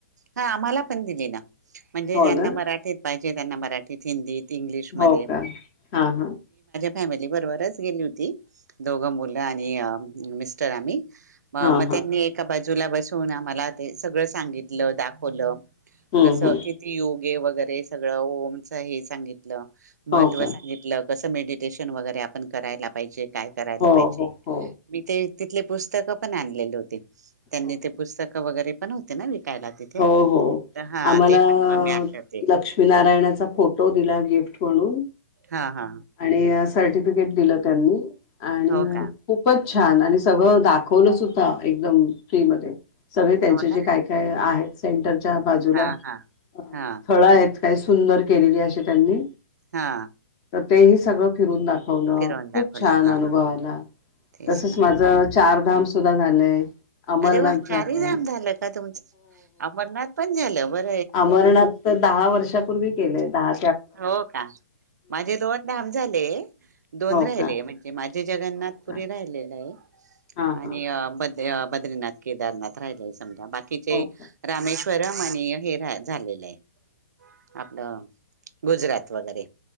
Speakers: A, on the right; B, on the left.
A: हा आम्हाला पण दिली ना म्हणजे
B: हो
A: ज्यांना
B: ना
A: मराठीत पाहिजे त्यांना मराठीत हिंदीत इंग्लिश मध्ये
B: हो का हां हां
A: फॅमिली बरोबरच गेली होती दोघं मुलं आणि मिस्टर आम्ही म
B: हां
A: म
B: हां
A: त्यांनी एका बाजू बाजूला बसून आम्हाला ते सगळं सांगितलं, दाखवलं
B: हं
A: कसं
B: हं
A: किती योग गे वगैरे सगळं ओमच हे सांगितलं. महत्व
B: हो का
A: सांगितलं. कसं मेडिटेशन वगैरे आपण करायला पाहिजे. काय करायला
B: हो
A: पाहिजे,
B: हो हो
A: मी ते तिथले पुस्तकं पण आणलेले होते.
B: हो
A: त्यांनी
B: ना
A: ते पुस्तक वगैरे नव्हते ना विकायला तिथे
B: हो हो
A: तर हा
B: आम्हाला
A: ते पण मग मी आणले होते
B: लक्ष्मीनारायणाचा फोटो दिला गिफ्ट म्हणून.
A: हा हा.
B: आणि अ, सर्टिफिकेट दिलं त्यांनी आणि
A: हो का
B: खूपच छान आणि सगळं दाख खोलो सुद्धा एकदम फ्री मध्ये. सगळे त्यांचे
A: हो
B: जे
A: ना
B: काय काय आहेत. सेंटर बाजूला
A: हा हा
B: स्थळ
A: हा
B: आहेत. काही सुंदर केलेली अशी त्यांनी
A: हा.
B: तर तेही सगळं फिरून दाख वल,
A: फिरवून
B: खूप
A: दाखवलं
B: छान
A: हा
B: अनुव आला,
A: तेच
B: तसच
A: ना
B: माझ चारधम सुधा झालंय. अमरनाथ
A: अरे वा
B: झालंय
A: चारही धाम झालं का तुमचं, अमरनाथ पण झालं बर
B: अमरणात तर दहा वर्षापूर्वी केलेला. हा.
A: हो का? माझे दोन धाम झाले, दोन
B: हो
A: राहिले
B: का
A: म्हणजे माझ जे जगन्नाथपुरी
B: हो का
A: राहिलेलं आहे.
B: हा
A: आणि
B: हा
A: अ ब बद्री नाथ केदार नाथ राहिलाय स ते म बाकीचे
B: हो का
A: रामेश कररम आणि हे रा झालेलं आहे आपलं गुजरात वगैरे.